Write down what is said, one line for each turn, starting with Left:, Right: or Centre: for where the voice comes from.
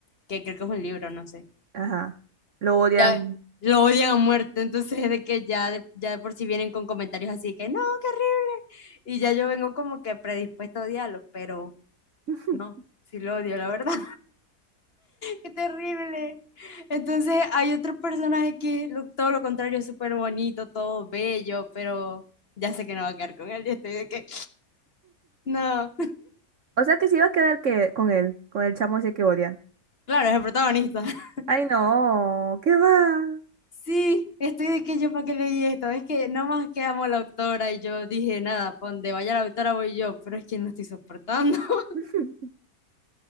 Left: que creo que es un libro, no sé,
Right: Ajá. Lo odian.
Left: ya lo odian a muerte. <laughs> Entonces, de que ya de, ya de por sí vienen con comentarios así que no, qué horrible. Y ya yo vengo como que predispuesto a odiarlo, pero
Right: <laughs>
Left: no, sí lo odio, la verdad. Qué terrible. Entonces hay otro personaje que es lo- todo lo contrario, es súper bonito, todo bello, pero ya sé que no va a quedar con él y estoy de que no.
Right: O sea que se iba a quedar que con él, con el chamo ese que odian.
Left: Claro, es el protagonista. <laughs>
Right: Ay, no, ¿qué va?
Left: Sí, estoy de que yo para qué leí esto. Es que nomás que amo a la autora y yo dije, nada, pa' donde vaya la autora voy yo, pero es que no estoy soportando. <laughs>
Right: <laughs>